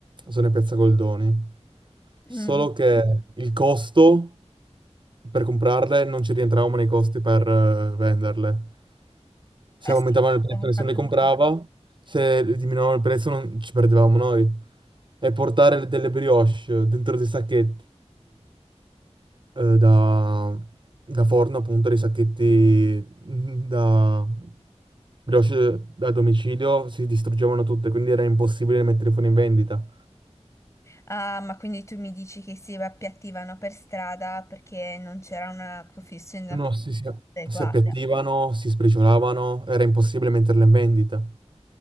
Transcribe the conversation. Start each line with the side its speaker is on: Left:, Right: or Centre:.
Right: zona Piazza Goldoni.
Left: Mm.
Right: Solo che il costo per comprarle non ci rientravamo nei costi per eh, venderle. Se
Left: Ah
Right: aumentavano
Left: sì,
Right: il prezzo
Left: ho votato
Right: nessuno le
Left: di
Right: comprava,
Left: più.
Right: se diminuivano il prezzo non ci perdevamo noi. E portare delle brioche dentro dei sacchetti eh, da, da forno, appunto, dei sacchetti mm, da brioche da domicilio, si distruggevano tutte, quindi era impossibile mettere fuori in vendita.
Left: Ah, ma quindi tu mi dici che si appiattivano per strada perché non c'era una confezionatura
Right: No, si, si,
Left: adeguata.
Right: si appiattivano, si spriciolavano, era impossibile metterle in vendita,